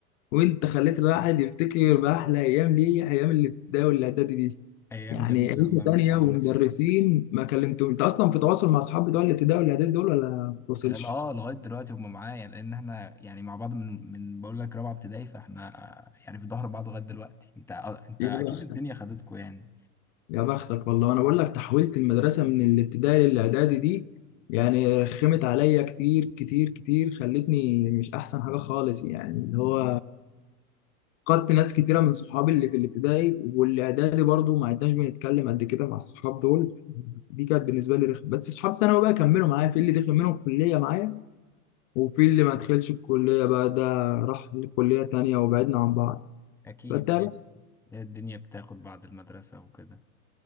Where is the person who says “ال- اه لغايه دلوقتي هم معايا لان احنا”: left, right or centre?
Centre